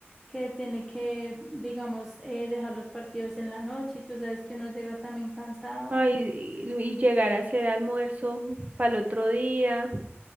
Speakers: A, in the centre; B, on the right.
A: que tiene que, digamos, eh, dejar los partidos en la noche y tú sabes que uno llega también cansado
B: Ay,
A: y
B: y, y llegar a hacer almuerzo para el otro día.